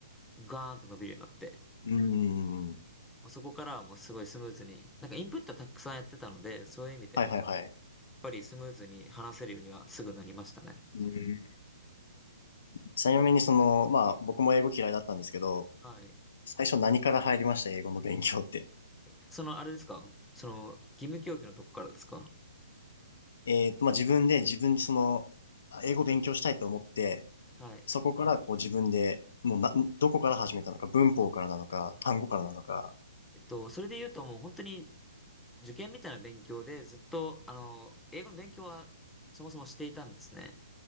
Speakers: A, in the centre; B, on the left.
A: ガーンと伸びるようになって、
B: うーん。
A: まあそこからはもうすごいスムーズに、なんかインプットはたくさんやってたので、そういう意味で、
B: はいはいはい。
A: やっぱりスムーズに話せるようにはすぐなりましたね。
B: うーん。ちなみにその、まあ僕も英語嫌いだったんですけど、
A: はい。
B: 最初何から入りました英語の勉強って。
A: え、その、あれですかその、義務教育のとこからですか
B: えっと、まあ自分で自分でその、あ英語勉強したいと思って、
A: はい。
B: そこからこう自分で、もうな、どこから始めたのか、文法からなのか、
A: あ
B: 単語からなのか。
A: えっと、それで言うともう本当に受験みたいな勉強でずっと、あの、英語の勉強はそもそもしていたんですね。